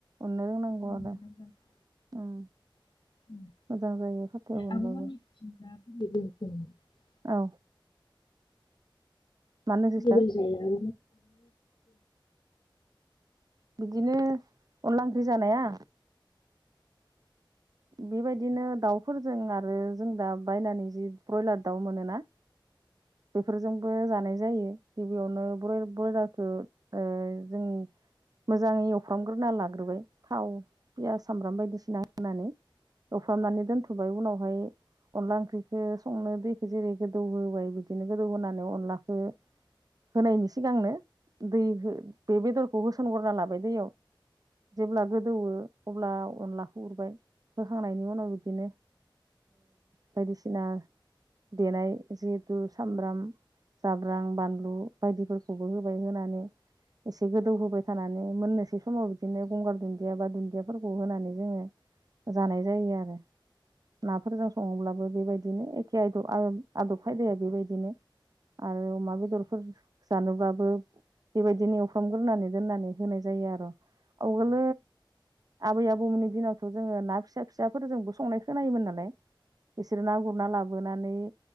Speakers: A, on the right; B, on the left.
A: अनो रोंनांगौ
B: आरोना
A: आरो उम।
B: <unintelligible>
A: मोजां जायो फाथायाव उनबाबो औ। मानो सिस्टार
B: ब जायो
A: बिदिनो अनला ओंख्रि जानाया बेबायदिनो दाउफोरजों आरो जों दा बायनानै जि ब्रयलार दाउ मोनोना बेफोरजोंबो जानाय जायो गिबियावनो बय बयलारखौ ओ जों मोजाङै एवफ्रामग्रोना लाग्रोबाय। थाव, पियास सामब्राम बायदिसिना होनानै एवफ्रामनानै दोनथ'बाय उनाव बेहाय अनला ओंख्रिखौ संनो दैखो जेरै गोदौ होबाय बिदि बिदिनो गोदौ होनानै अनलाखौ होनायनि सिगांनो दै हो बे बेदरखौ होसनगोरना लाबाय दैयाव। जेब्ला गोदौवो अब्ला अनलाखौ उरबाय होखांनायनि उनाव बिदिनो। बायदिसिना देनाय जि थु सामब्राम जाब्रां बानलु बायदिफोरखौबो होबाय। होनानै एसे गोदौ होबाय थानानै मोननोसै समाव बिदिनो गंगार दुन्दिया बा दुन्दियाफोरखौ होनानै जोङो जानाय जायो आरो नाफोरजों सङोब्लाबो बेबायदिनो एखे आयदा आदब फायदाया बेबायदिनो आरो अमा बेदरफोर जानोब्लाबो बेबायदिनो एवफ्रामग्रोनानै दोननानै होनाय जायो आरो। आगोल आबै आबौमोननि दिनावथ' जोङो ना फिसा फिसाफोरजोंबो संनाय खोनायोमोन नालाय बिसोरो ना गुरना लाबोनानै